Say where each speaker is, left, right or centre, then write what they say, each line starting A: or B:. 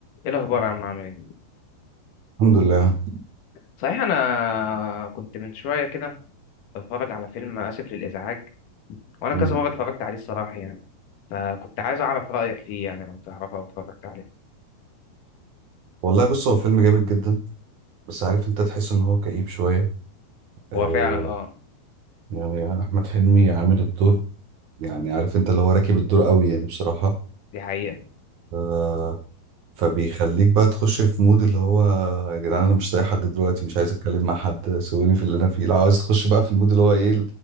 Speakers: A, on the left; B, on the right.
A: ايه الاخبار يا عم عامل ايه
B: الحمد لله
A: صحيح انا كنت من شويه كده بتفرج على فيلم اسف للازعاج وانا
B: مم.
A: كذا مره اتفرجت عليه الصراحه يعني فكنت عايز اعرف رايك فيه يعني لو تعرفه او اتفرجت عليه
B: والله بص هو فيلم جامد جدا بس عارف انت تحس ان هو كئيب شوية آه
A: هو فعلا اه
B: يعني احمد حلمي عامل الدور يعني عارف انت اللي هو راكب الدور قوي يعني بصراحة
A: دي حقيقه
B: آه فبيخليك بقى تخش في مود اللي هو يا جدعان انا مش لاقي حد دلوقتي مش عايز اتكلم مع حد سيبوني في اللي انا فيه لو عايز تخش بقى في المود اللي هو ايه